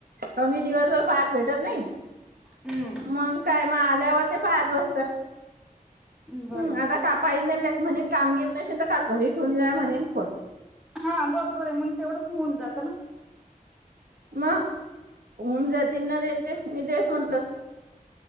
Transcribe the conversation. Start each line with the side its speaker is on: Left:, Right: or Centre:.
Right: ही दिवसभर पाहायला भेटत नाही
Centre: हम्म
Right: मग काय मग आल्यावर ते पाहत बसतात
Centre: बरं
Right: हम् आता का पाई नाही नाही म्हणेन काम घेम नसेल तर काल घरी ठेऊून जा म्हणेल फोन
Centre: हा बरोबर आहे मग तेवढंच होऊन जातं ना
Right: मग होऊन जातील ना त्यांचे, मी तेच म्हटल.